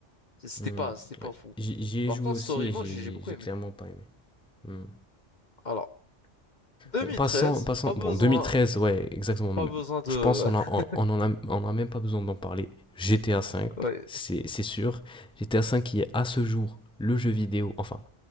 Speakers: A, on the left; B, in the centre.
A: C'était
B: Hmm,
A: pas, c'était pas
B: ouais.
A: fou.
B: J'y j'y ai
A: Par
B: joué
A: contre,
B: aussi
A: Story
B: et
A: Mode,
B: j'ai
A: j'ai
B: j'ai-
A: j'ai beaucoup
B: j'ai
A: aimé.
B: clairement pas aimé. Hmm.
A: Alors, 2013,
B: Bon, passons, passons.
A: pas
B: Bon,
A: besoin,
B: 2013, ouais, exactement.
A: pas besoin de.
B: Je pense qu'on a, on,
A: <laughs>
B: on en a, on a même pas besoin d'en parler. GTA V,
A: Ouais.
B: c'est c'est sûr. GTA V qui est à ce jour le jeu vidéo, enfin,